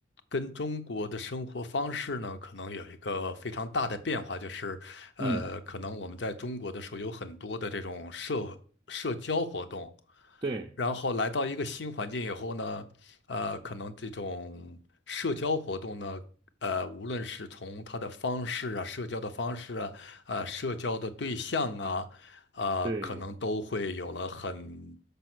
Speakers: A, on the left; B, on the right.
A: 跟中国的生活方式呢，可能有一个非常大的变化，就是呃，
B: 嗯，
A: 可能我们在中国的时候有很多的这种社社交活动，
B: 对
A: 然后来到一个新环境以后呢，呃，可能这种社交活动呢，呃，无论是从它的方式啊，社交的方式啊，呃，社交的对象啊，呃，
B: 对，
A: 可能都会有了很